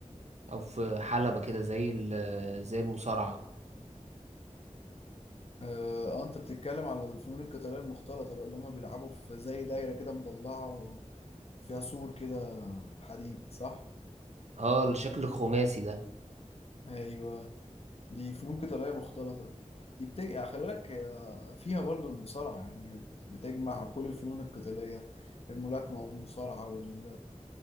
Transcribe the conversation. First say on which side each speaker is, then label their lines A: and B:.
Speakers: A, on the right; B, on the left.
A: او في حلبه كده زي ال- زي المصارعه
B: اه آه، انت بتتكلم على الفنون القتالية المختلطة بقى اللي هم بيلعبوا في زي دايرة كده مضلعة وفيها سور كده حديد صح
A: اه الشكل الخماسي ده
B: ايوه دي فنون قتاليه مختلطه دي بتجمع يعني خلي بالك آه، فيها برضو المصارعه يعني هي بتجمع كل الفنون القتاليه الملاكمه والمصارعه وال